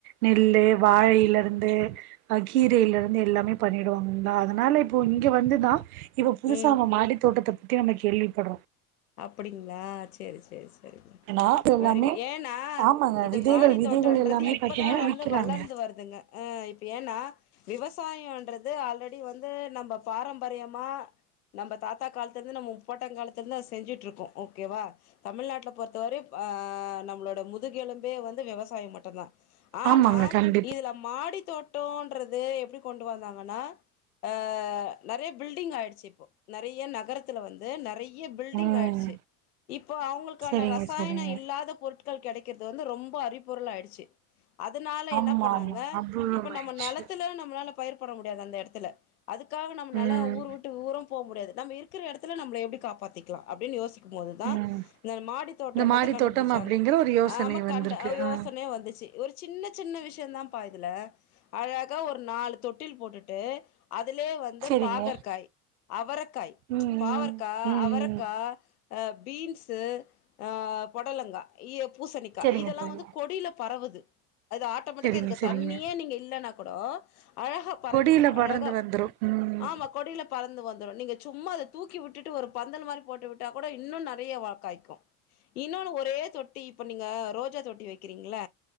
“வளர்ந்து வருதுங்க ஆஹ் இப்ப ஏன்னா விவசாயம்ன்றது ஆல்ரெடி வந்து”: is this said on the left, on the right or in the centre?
Left